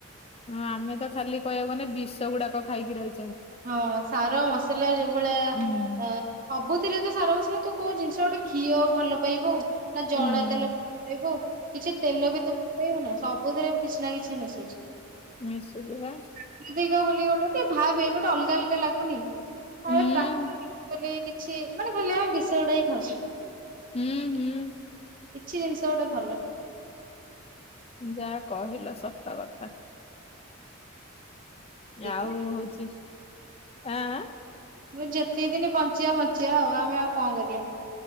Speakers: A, on the left (about 30°); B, on the right (about 45°).
A: ଆମେ ତ ଖାଲି କହିବାକୁ ଗନେ ବିଷ ଗୁଡାକ ଖାଇକି ରହି
B: ହଁ ସାର ମସଲା ଯୋଉ ଭଳିଆ
A: ହୁଁ।
B: ଅ ସବୁତିରେ ତ ସାର ମସଲା ତୁ କୋଉ ଜିନିଷ ଗୋଟେ ଘିଅ ଭଲ ପାଇବୁ। ନା ଜଡା
A: ହୁଁ
B: ତେଲ ବୁ କିଛି ତେଲ ବି ତୁ ଫୁଟେଇବ ନା। ସବୁଥିରେ କିଛି ନା କିଛି ମିଶୁଛି।
A: ମିଶୁଛି ବା
B: ପ୍ରକୃତିିକ ବୋଲି ଗୋଟେ ଭାବେ ଗୋଟେ ଅଲଗା ଅଲଗା ଲାଗୁନି ଆ
A: ହୁଁ
B: ଏ ପ୍ରା କହିଲି କିଛି ମାନେ ମାନେ <unintelligible> ବିଷ ଗୁଡା ହିଁ ଖାଉଛେ।
A: ହୁଁ ହୁଁ।
B: କିଛି ଜିନିଷ ଗୋଟେ ଭଲ ନି।
A: ଯାହା କହିଲ ସତ କଥା।
B: ନାହିଁ।
A: ଆଉ ହଉଛି ଆଁ ଆଁ
B: ମୁଁ ଯେତିକି ଦିନି ବଞ୍ଚିବା ବଞ୍ଚିବା ଆଉ ଆମେ ଆଉ କଣ କରିବା।